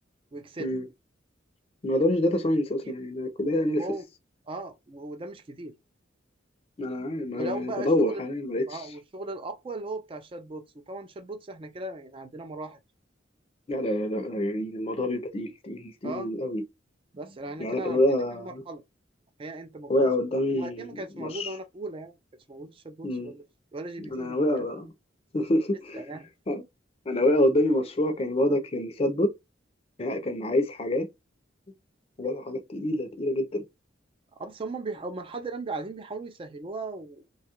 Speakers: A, on the right; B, on the left.
A: واكسل
B: مم. ما اقدرش داتا ساينس
A: كتير
B: اصلا يعني ده كلها
A: هو
B: اناليسس
A: اه و- وده مش كتير
B: ما انا عارف- ما
A: ولو
B: أنا
A: بقى
B: بدور
A: شغل
B: حاليا ما لقيتش
A: اه والشغل الاقوى اللي هو بتاع الشات بوتس وطبعا الشات بوتس احنا كده يعني عندنا مراحل
B: لا لا لا لا، يعني الموضوع بيبقى تقيل تقيل تقيل
A: اه
B: قوي
A: بس احنا
B: يعني
A: كده
B: انا
A: عندنا
B: كان واقع
A: كام مرحله الحقيقه انت ما
B: واقع
A: كنتش
B: قدامي
A: من وقتها ما كانتش
B: مش
A: موجوده وانا في اولى يعني ما كانش موجود الشات بوتس
B: مم.
A: ولا ولا جي بي تي
B: انا
A: جي بي
B: واقع
A: تي كان
B: <laughs>
A: لسه يعني
B: انا واقع قدامي مشروع كان واضح للشات بوت يعني كان عايز حاجات حاجات حاجات تقيلة تقيلة جدا
A: اه بس هم بيحاولوا هم لحد الان قاعدين بيحاولوا يسهلوها و...